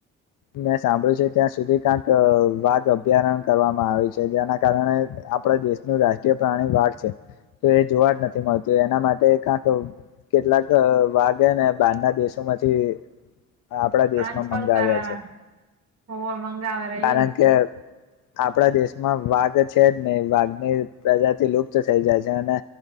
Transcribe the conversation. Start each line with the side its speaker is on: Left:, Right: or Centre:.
Left: મેં સાંભળ્યું છે, ત્યાં સુધી ક્યાંક વાઘ અભ્યારણ કરવામાં આવી છે જેના કારણે આપણા દેશનું રાષ્ટ્રીય પ્રાણી વાઘ છે. તો એ જોવા જ નથી મળતું એના માટે કાંતો કેટલાક વાઘે ને બારના દેશોમાંથી આપણા
Right: ટ્રાન્સફર
Left: દેશમાં મંગાવ્યા
Right: કરારા
Left: છે,
Right: હોવે મંગાવે રે
Left: કારણ
Right: ઈજ
Left: કે આપણા દેશમાં વાઘ છે જ ને વાઘની પ્રજાથી લુપ્ત થઈ જાય છે, અને